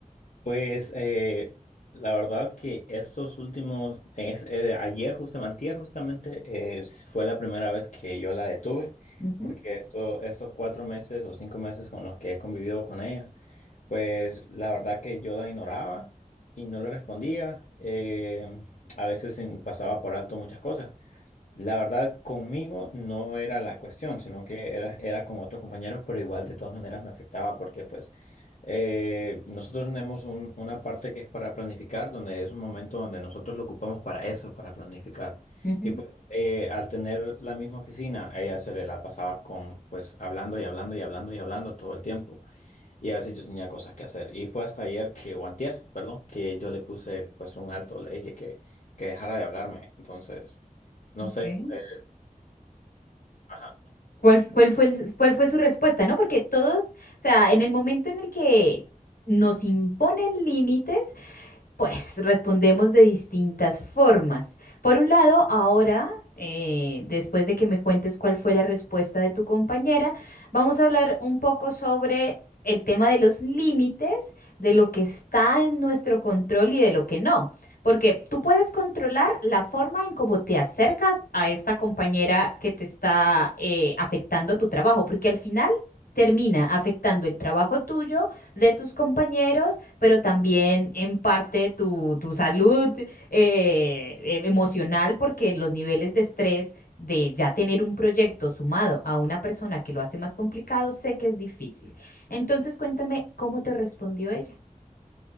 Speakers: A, on the left (about 60°); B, on the left (about 80°).
A: Pues eh, la verdad que estos últimos, en es- eh, ayer justamente, antier justamente, eh, s- fue la primera vez que yo la detuve,
B: Ujú,
A: porque esto, estos cuatro meses o cinco meses con los que he convivido con ella, pues la verdad que yo la ignoraba y no le respondía. eh, a veces en- pasaba por alto muchas cosas. La verdad, conmigo no era la cuestión, sino que era, era con otros compañeros, pero igual de todas maneras me afectaba porque pues eh, nosotros tenemos un- una parte que es para planificar, donde es un momento donde nosotros lo ocupamos para eso, para planificar.
B: ujú.
A: Y pues eh, al tener la misma oficina, a ella se le la pasaba con pues hablando y hablando y hablando y hablando todo el tiempo. Y a veces yo tenía cosas que hacer. Y fue hasta ayer que, o antier, perdón, que yo le puse pues un alto, le dije que, que dejara de hablarme. Entonces, no
B: Ok.
A: sé. eh, ajá.
B: ¿Cuál, cuál fue el- cuál fue su respuesta, ¿no? Porque todos, o sea, en el momento en el que nos imponen límites, Pues respondemos de distintas formas. Por un lado, ahora, eh, después de que me cuentes cuál fue la respuesta de tu compañera, vamos a hablar un poco sobre el tema de los límites, de lo que está en nuestro control y de lo que no. Porque tú puedes controlar la forma en cómo te acercas a esta compañera que te está eh, afectando tu trabajo, porque al final termina afectando el trabajo tuyo de tus compañeros, pero también en parte tu, tu salud eh, eh, emocional, porque los niveles de estrés de ya tener un proyecto sumado a una persona que lo hace más complicado, sé que es difícil. Entonces, cuéntame cómo te respondió ella.